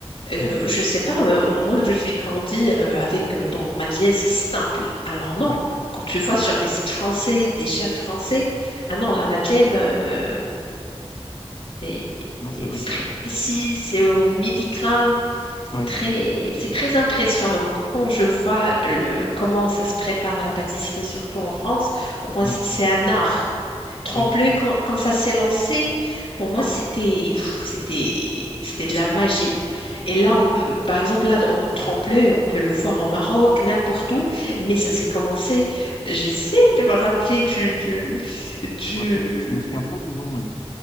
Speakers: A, on the left (about 55°); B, on the left (about 40°).
A: Euh,
B: oui,
A: je sais pas, euh, moi je suis grandie euh, avec, euh, bon, Madeleine c'est simple. Alors non,
B: oui.
A: quand tu vois sur des sites français, des chefs français, ah non, la Madeleine euh, c'est
B: Non, c'est
A: c'est
B: vrai que
A: très
B: j'ai.
A: précis, c'est au milligramme,
B: Oui,
A: c'est très, c'est très impressionnant. Moi, quand je vois le, comment ça se prépare la pâtisserie, surtout en France, pour moi
B: hum,
A: c'est c'est un art tremblé
B: oui.
A: quand, quand ça s'est lancé. Pour moi, c'était pff, c'était c'était de la magie. Et là, on- hmm, par exemple, là, on, tremblé, on peut le voir au Maroc, n'importe où. Mais ça s'est commencé. J'essaie de me rappeler du, du du.
B: Je vois pas, je me souviens pas du nom. oui.